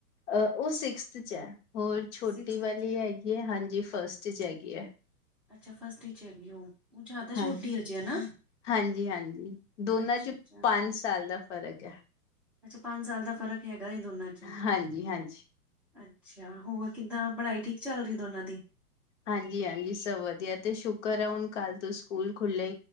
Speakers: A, on the left; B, in the centre.
A: ਅਹ ਉਹ ਸਿਕਸਥ ਚ ਹੈ। ਹੋਰ ਛੋਟੀ
B: ਸਿਕਸਥ
A: ਵਾਲੀ
B: ਚ
A: ਹੈਗੀ ਹੈ, ਹਾਂਜੀ। ਫਸਟ ਚ ਹੈਗੀ ਹੈ
B: ਅੱਛਾ ਫਸਟ ਚ ਹੈਗੀ ਉਹ ਉਹ ਜ਼ਿਆਦਾ
A: ਹਾਂ
B: ਛੋਟੀ ਹਜੇ ਨਾ
A: ਹਾਂਜੀ ਹਾਂਜੀ ਦੋਨਾਂ
B: ਅੱਛਾ
A: ਚ
B: ਅੱਛਾ
A: ਪੰਜ ਸਾਲ ਦਾ ਫ਼ਰਕ ਹੈ
B: ਅੱਛਾ ਪੰਜ ਸਾਲ ਦਾ ਫ਼ਰਕ ਹੈਗਾ ਇਹ ਦੋਨਾਂ ਚ
A: ਹਾਂਜੀ ਹਾਂਜੀ
B: ਅੱਛਾ ਹੋਰ ਕਿੱਦਾਂ ਪੜ੍ਹਾਈ ਠੀਕ ਚੱਲ ਰਹੀ ਦੋਨਾਂ ਦੀ
A: ਹਾਂਜੀ ਹਾਂਜੀ ਸਭ ਵਧੀਆ ਤੇ ਸ਼ੁਕਰ ਆ ਹੁਣ ਕੱਲ ਤੋ ਸਕੂਲ ਖੁੱਲੇ